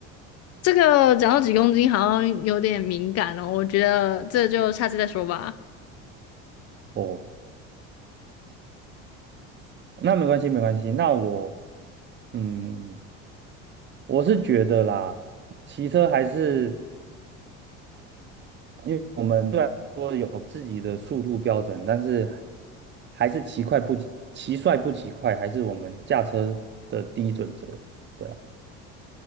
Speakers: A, on the left; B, on the right.
A: 这个讲到几公斤好像有点敏感哦，我觉得这就下次再说吧。
B: 哦，那没关系，没关系。那我，嗯，我是觉得啦，骑车还是。因为我们虽然说有自己的速度标准，但是还是骑快不骑帅不骑快，还是我们驾车的第一准则。对啊，